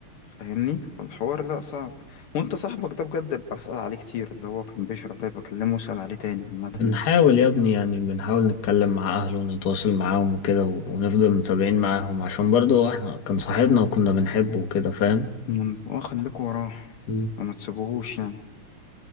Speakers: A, on the left; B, on the left.
A: فاهمني فالحوار لا صعب وانت صاحبك ده بجد ببقى اسأل عليه كتير اللي هو كان بيشرب ده بكلمه واسأل عليه تاني عامة
B: بنحاول
A: يعني
B: يا ابني يعني بنحاول نتكلم مع أهله ونتواصل معاهم وكده و- ونفضل متابعين معاهم عشان برضو احنا كان صاحبنا وكنا بنحبه وكده فاهم
A: من- اه خليكوا وراه
B: مم.
A: فما تسيبوهوش يعني